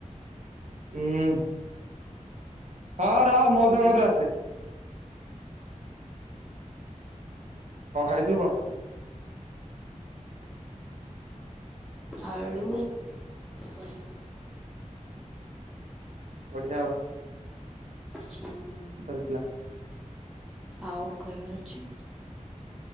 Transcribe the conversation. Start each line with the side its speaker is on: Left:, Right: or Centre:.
Right: ହୁଁ ହଁ ରହ ମଉସା
Centre: ହୁଁ।
Right: ସାଙ୍ଗତୁଲେ ଆସେ କଣ ଖାଇଥିଲୁ କଣ ତୁ
Centre: ଆଳୁ ବଢ଼ି
Right: ବଢିଆ ଆଉ
Centre: ହଁ
Right: ହେଇଥିଲା
Centre: ଆଉ କହିବାର ଅଛି